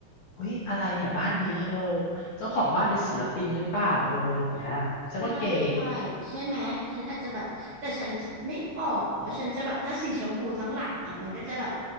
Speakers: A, on the left; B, on the right.
A: อุ้ยอะไรเนี่ยบ้านนี้เออเจ้าของบ้านเป็นศิลปินหรือเปล่าเอออะไรอย่างเงี้ยฉันว่าเก๋
B: ใช่ใช่ใช่ไหมฉันอาจจะแบบแต่ฉันคิดไม่ออกอะว่าฉันจะแบบถ้าสีชมพูทั้งหลังอ่ะมันก็จะแบบ